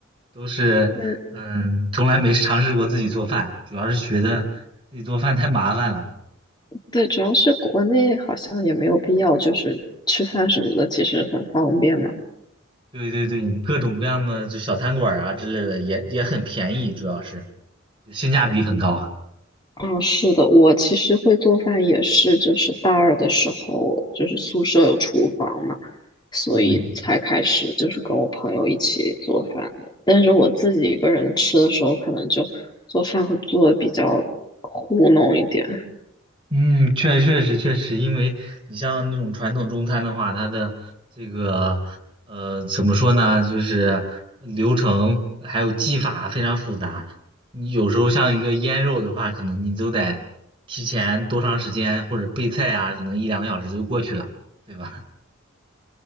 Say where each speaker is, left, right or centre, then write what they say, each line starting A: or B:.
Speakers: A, on the right (about 25°); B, on the left (about 20°).
A: 都是，
B: 那。
A: 嗯，从来没尝试过自己做饭，主要是觉得自己做饭太麻烦了。
B: 对，主要是国内好像也没有必要，就是吃饭什么的，其实很方便嘛。
A: 对对对，各种各样的就小餐馆儿啊之类的，也也很便宜，主要是就性价比很高。
B: 嗯，是的，我其实会做饭也是，就是大二的时候，就是宿舍有厨房嘛，所以才开始就是跟我朋友一起做饭的。
A: 嗯。
B: 但是我自己一个人吃的时候，可能就做饭会做的比较糊弄一点。
A: 嗯，确确实确实，因为你像那种传统中餐的话，它的这个呃怎么说呢，就是呃流程还有技法非常复杂。你有时候像一个腌肉的话，可能你都得提前多长时间，或者备菜啊，可能一两个小时就过去了，对吧？